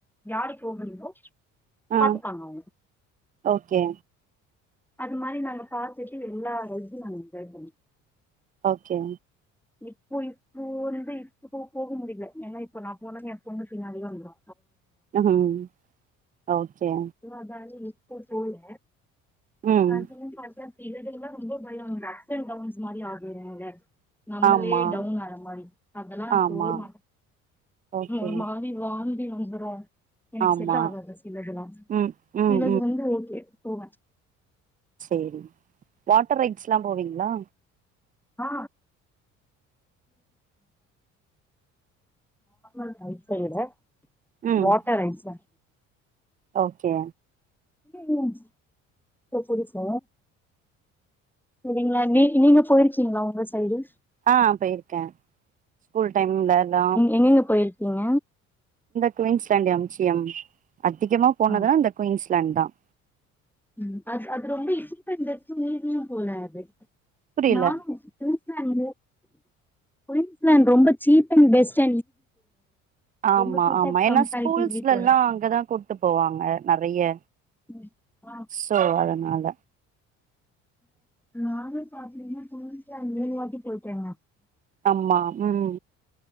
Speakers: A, in the centre; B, on the right (about 20°).
A: யாரு போகணுமோ பாத்துப்பாங்க
B: ஆ
A: அவுங்க
B: ஓகே
A: அது மாரி நாங்க பாத்துட்டு எல்லா <unintelligible> நாங்க சேக்கணு
B: ஓகே
A: இப்போ இப்போ வந்து இப்போ போக முடியல ஏன்னா இப்போ நான் போனேன்னு என் பொண்ணு பின்னாலியே வந்துரு
B: ம் ஓகே
A: <inaudible> ஸ்கூல் போகுல
B: ம்
A: ஆ தீம் பார்க்ல இதெல்லாம் ரொம்ப பயம் அப்ஸ் அண்ட் டவுன்ஸ் மாரி ஆகதுல நம்மளே
B: ஆமா
A: டவுன் ஆற மாரி அதெல்லாம் நா
B: ஆமா
A: போக மாட்டேன்
B: ஓகே
A: ஒரு மாரி வாழ் வந்துரும் எனக்கு
B: ஆமா
A: செட்டா ஆகாது சிலதெல்லாம்
B: ம் ம்
A: சிலது வந்து ஓகே போவே
B: சரி வாட்டர் ரைட்ஸ் எல்லாம் போவீங்களா
A: ஆ <inaudible>
B: ம்
A: வாட்டர் ஐஸ்
B: ஓகே
A: உம் இப்படி <inaudible> சரிங்களா நீ நீங்க போயிருக்கீங்களா உங்க சைடு
B: ஆ போயிருக்கேன் ஸ்கூல் டைம்லலா
A: எங்கெங்க போயிருக்கீங்க
B: குவின்ஸ்லண்ட் எம் சி எம் அதிகமா போனதுதான்
A: ஆ
B: இந்த குயின்ஸ்லாண்ட் தான்
A: ம் அது அது ரொம்ப இசுப்பந்தும் மீதியும் போலாது
B: புரியல
A: நானும் பேசறேன் குயின்ஸ்லாண்ட் ரொம்ப சீப் அண்ட் பெஸ்ட்
B: ஆமா
A: ரொம்ப கிட்ட
B: ஆமா ஏன்னா
A: கம்பேரிட்டிவ்லி
B: ஸ்கூல்ஸ்ல
A: போல
B: எல்லாம் அங்கதான் கூபிட்டு போவாங்க ந அய்ய
A: ம். ஆ
B: சோ அதனால
A: நானும் பாத்தீங்களா குயின்ஸ்லாண்ட் முனு வாட்டி போயிட்டேங்க
B: ஆமா உம்